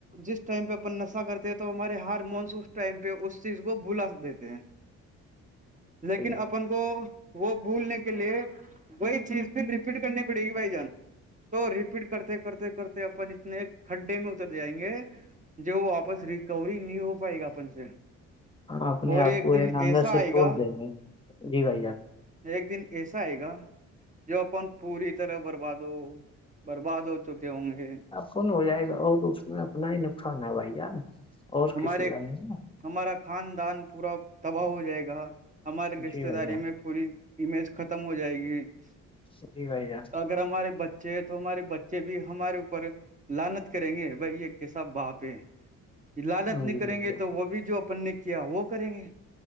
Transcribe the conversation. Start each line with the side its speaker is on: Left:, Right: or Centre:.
Right: جس ٹائم پہ اپن نشہ کرتے ہیں تو ہمارے ہار مونس اس ٹائم پہ اس چیز کو بلا دیتے ہیں لیکن
Left: صحیح ہے
Right: اپن کو وہ بھولنے کے کے لیے وہی چیز پھر ریپیٹ کرنی پڑے گی بھائی جان <unintelligible> تو ریپیٹ کرتے کرتے کرتے اپن اتنے کھڈے میں اتر جائیں گے ج واپس ریکوری نہیں ہو پائے گا اپن سے
Left: ہاں اپنے
Right: اور
Left: آپ
Right: ایک
Left: کو
Right: دن
Left: ہے ندر
Right: ایسا
Left: سے
Right: آئے
Left: تووڑ
Right: گا
Left: دیں گے جی بھائی جان
Right: ایک دن ایسا آئے گا جو اپن پوری طرح برباد ہو برباد ہو چکے ہوں گے
Left: کون ہو جائے گا اور اس میں اپنا ہی نقصان ہے بھائی جار نا اور
Right: ہمارے
Left: کسی کا نہیں نا
Right: ہمارا خاندان پورا تباہ ہو جائے گا ہمارے رشتے
Left: جی بھائی
Right: داری
Left: جان
Right: میں پوری امیج ختم ہو جائے گی ا
Left: جی بھائی
Right: <unintelligible> اگر ہمارے بچے ہے تو ہمارے بچے بھی ہمارے اوپر لانت کریں گے بھائی یہ کیسب باپ ہے لالت
Left: جان
Right: نہیں
Left: جی
Right: کریں
Left: بھائی
Right: گے
Left: جان
Right: تو وہ بھی جو اپن نے کیا وہ کریں گے